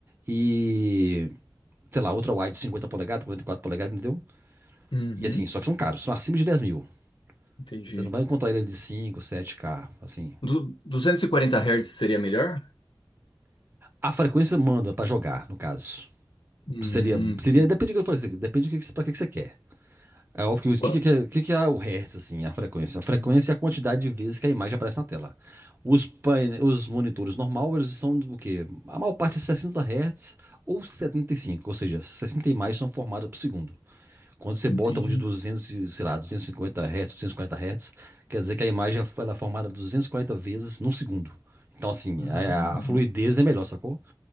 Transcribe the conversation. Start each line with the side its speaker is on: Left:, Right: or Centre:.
Right: e, sei lá, outra wide 50 polegadas, 44 polegadas, entendeu?
Left: uhum,
Right: E assim, só que são caros, são acima de 10 mil.
Left: entendi.
Right: Você não vai encontrar ele de cinco sete k assim.
Left: Du 240 Hz seria melhor?
Right: A frequência manda pra jogar, no caso.
Left: Hum,
Right: Seria, seria depende do que eu falei, depende do que, pra que, você quer. É óbvio que
Left: pô,
Right: o que, que, que, que é o hertz, assim, a frequência? A frequência
Left: hum,
Right: é a quantidade de vezes que a imagem aparece na tela. Os, paine- os monitores normal, eles são o quê? A maior parte é 60 hertz ou 75 ou seja, 60 imagens são formadas por segundo. Quando você
Left: entendi.
Right: bota um de 200 e, sei lá, 250 hertz, 240 hertz, quer dizer que a imagem ela é formada 240 vezes num segundo. Então, assim,
Left: Ah,
Right: a, a fluidez é melhor, sacou?